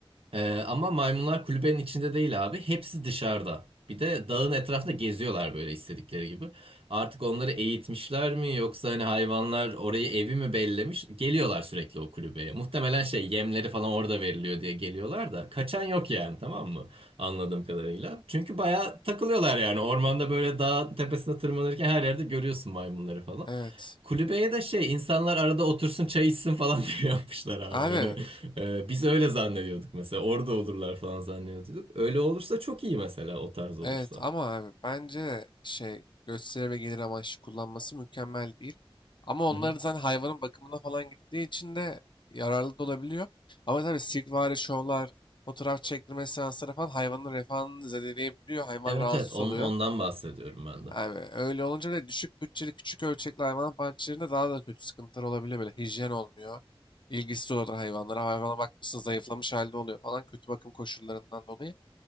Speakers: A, on the right; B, on the left.
A: Ee, ama maymunlar kulübenin içinde değil abi. Hepsi dışarıda. Bir de dağın etrafında geziyorlar böyle istedikleri gibi. Artık onları eğitmişler mi yoksa hani hayvanlar orayı evi mi bellemiş? Geliyorlar sürekli o kulübeye. Muhtemelen şey yemleri falan orada veriliyor diye geliyorlar da kaçan yok yani tamam mı? Anladığım kadarıyla. Çünkü bayağı takılıyorlar yani. Ormanda böyle dağ tepesine tırmanırken her yerde görüyorsun maymunları falan.
B: evet.
A: Kulübeye de şey insanlar arada otursun çay içsin falan <laughs> diye yapmışlar abi.
B: Abi
A: Hani ee, biz öyle zannediyorduk mesela. Orada olurlar falan zannediyorduk. Öyle olursa çok iyi mesela o tarz olursa.
B: Evet ama abi bence şey gösteri ve gelir amaçlı kullanması mükemmel değil. Ama onları
A: Hı hı.
B: zaten hayvanın bakımına falan gittiği için de yararlı da olabiliyor. Ama tabii sirkvari şovlar, fotoğraf çektirme seansları falan hayvanın refahını zedeleyebiliyor. Hayvan
A: Evet
B: rahatsız
A: evet on,
B: oluyor.
A: ondan bahsediyorum ben de.
B: Abi öyle olunca da düşük bütçeli küçük ölçekli hayvanat bahçelerinde daha da kötü sıkıntılar olabiliyor. Böyle hijyen olmuyor. İlgisiz olur hayvanlara. Hayvana bakmışsın zayıflamış halde oluyor falan kötü bakım koşullarından dolayı.